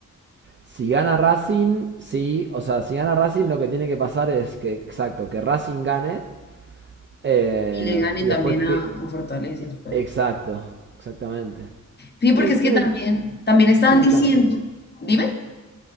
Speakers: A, on the right (about 35°); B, on the left (about 35°).
A: si gana Racing, sí. O sea, si gana Racing, lo que tiene que pasar es que, exacto, que Racing gane. eh,
B: Y le gane
A: y
B: también
A: después que...
B: a, a Fortaleza después.
A: Exacto, exactamente.
B: Sí,
A: Sí,
B: porque es
A: tienen,
B: que también, también estaban
A: tienen
B: diciendo,
A: chances.
B: dime.